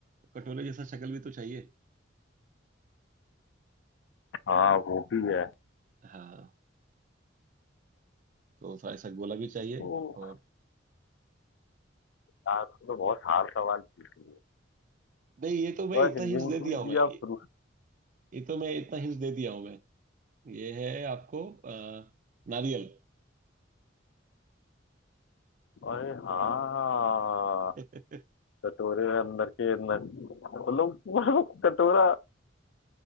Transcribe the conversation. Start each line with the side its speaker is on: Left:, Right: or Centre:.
Right: कटोरे जैसा शक्ल भी तो चाहिए
Left: हाँ वो भी है
Right: हाँ तो थोड़ा ऐसा गोला भी चाहिए
Left: तो
Right: और
Left: यार तो बहुत हार्ड सवाल पूछा
Right: नहीं ये तो मैं इतना
Left: और लिंक
Right: हिंट्स दे
Left: भी
Right: दिया हूँ मैं
Left: दिया
Right: ये
Left: प्रूफ
Right: ये तो मैं इतना हिंट्स दे दिया हूँ मैं ये है आपको अ, नारियल
Left: अरे हाँ
Right: <laughs>
Left: कटोरे में अंदर के अंदर मतलब पूरा कटोरा